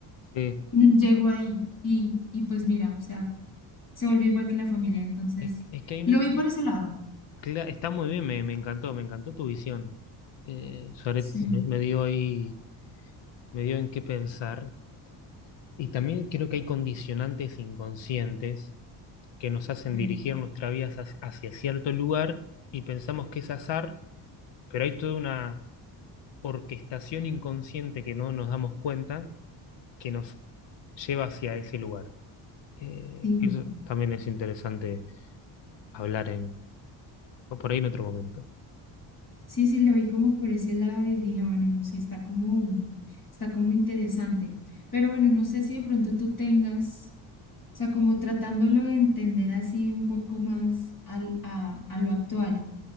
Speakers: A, on the left (about 60°); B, on the left (about 40°).
A: sí.
B: mm, llegó ahí y, y pues mira, o sea, se volvió igual que la familia. Entonces,
A: Es, es que hay
B: lo vi por
A: un-
B: ese lado.
A: cla- está muy bien, me, me encantó, me encantó tu visión. Eh, Suárez
B: Sí,
A: me, me dio ahí, me dio en qué pensar. Y también creo que hay condicionantes inconscientes que nos hacen
B: sí,
A: dirigir nuestra vida hacia, hacia cierto lugar y pensamos que es azar, pero hay toda una orquestación inconsciente que no nos damos cuenta que nos lleva hacia ese lugar. Eh,
B: sí,
A: eso también es interesante hablar en, o por ahí en otro momento.
B: sí, sí, lo vi como por ese lado y dije, bueno, no sé, está como, está como interesante. Pero bueno, no sé si de pronto tú tengas O sea, como tratándolo de entender así un poco más al, a, a lo actual.